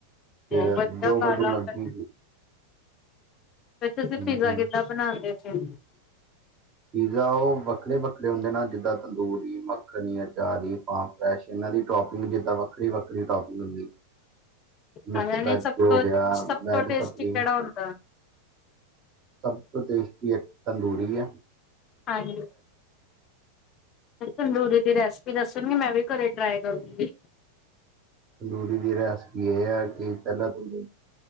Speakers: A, on the right (about 30°); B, on the left (about 30°).
A: ਫਿਰ
B: ਬਹੁਤ ਵਧੀਆ
A: ਜੋ
B: ਗੱਲ
A: ਵਜ
B: ਆ
A: ਮਰਜ਼ੀ।
B: ਫਿਰ। ਵਿੱਚ
A: ਹੂੰ
B: ਅਸੀਂ ਪੀਜ਼ਾ
A: ਹੂੰ
B: ਕਿੱਦਾਂ ਬਣਾਦੇ ਫਿਰ।
A: ਪੀਜ਼ਾ ਉਹ ਵੱਖਰੇ- ਵੱਖਰੇ ਹੁੰਦੇ ਨਾ ਜਿੱਦਾਂ ਤੰਦੂਰੀ, ਮੱਖਣੀ, ਅਚਾਰੀ। ਆਪਾਂ ਫਰੈਸ਼ ਇਹਨਾਂ ਦੀ ਟੋਪਿੰਗ ਜਿੱਦਾਂ ਵੱਖਰੀ -ਵੱਖਰੀ ਟੋਪਿੰਗ ਹੁੰਦੀ। ਮਿਕਸ
B: ਆਹ ਨਹੀਂ
A: ਵੈਜ
B: ਸਭ
A: ਹੋ
B: ਤੋਂ
A: ਗਿਆ,
B: ਸਭ
A: ਵੈਜ
B: ਤੋਂ ਟੇਸਟੀ
A: ਸਪਲੀ
B: ਕਿਹੜਾ ਹੁੰਦਾ?
A: ਸਬ ਤੋਂ ਟੇਸਟੀ ਏਕ ਤੰਦੂਰੀ ਆ।
B: ਹਾਂਜੀ। ਤੰਦੂਰੀ ਦੀ ਰੈਸਪੀ ਦੱਸੋਗੇ ਮੈਂ ਵੀ ਘਰੇ ਟ੍ਰਾਏ ਕਰੂਂਗੀ।
A: ਤੰਦੂਰੀ ਦੀ ਰੈਸਪੀ ਏ ਆ ਕਿ, ਪੈਲਾਂ ਤੂੰਸੀ